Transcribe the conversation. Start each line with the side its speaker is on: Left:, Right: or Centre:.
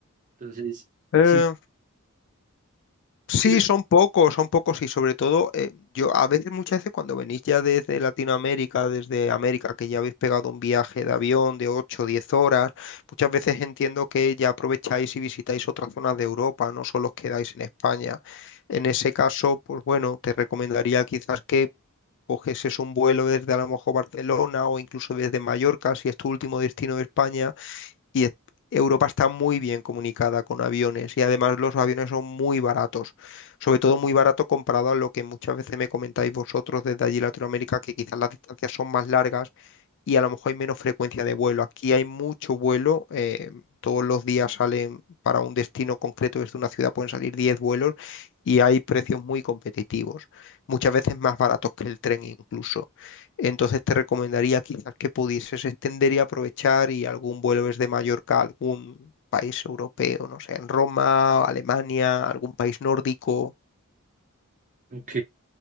Right: Entonces,
Left: Eh,
Right: sí,
Left: sí,
Right: sí lo-
Left: son pocos, son pocos y sobre todo eh, yo a veces, muchas veces cuando venís ya desde Latinoamérica, desde América, que ya habéis pegado un viaje de avión de ocho o 10 horas, muchas veces entiendo que ya aprovecháis y visitáis otras zonas de Europa, no solo os quedáis en España. En ese caso, pues bueno, te recomendaría quizás que coges es un vuelo desde a lo mejor Barcelona o incluso desde Mallorca, si es tu último destino de España, y es- Europa está muy bien comunicada con aviones y además los aviones son muy baratos, sobre todo muy barato comparado a lo que muchas veces me comentáis vosotros desde allí Latinoamérica, que quizás las distancias son más largas y a lo mejor hay menos frecuencia de vuelo. Aquí hay mucho vuelo, eh, todos los días salen para un destino concreto desde una ciudad, pueden salir 10 vuelos y hay precios muy competitivos, muchas veces más baratos que el tren incluso. Entonces te recomendaría quizás que pudieses extender y aprovechar y algún vuelo desde Mallorca a algún país europeo, no sé, en Roma, Alemania, algún país nórdico.
Right: ok,